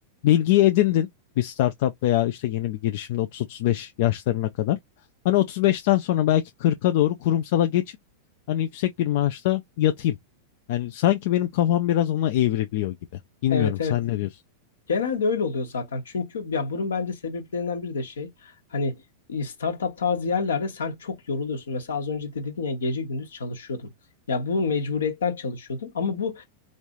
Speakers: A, on the left (about 60°); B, on the left (about 75°).
A: bilgiyi edindin bir startup veya işte yeni bir girişimde 30-35 yaşlarına kadar. Hani 35'ten sonra belki 40'a doğru kurumsala geçip hani yüksek bir maaşta yatayım. Yani sanki benim kafam biraz ona evriliyor gibi. Bilmiyorum
B: Evet
A: sen
B: evet.
A: ne diyorsun?
B: Genelde öyle oluyor zaten. Çünkü ya bunun bence sebeplerinden biri de şey hani e, startup tarzı yerlerde sen çok yoruluyorsun. Mesela az önce de dedin ya gece gündüz çalışıyordum. Ya bu mecburiyetten çalışıyordun ama bu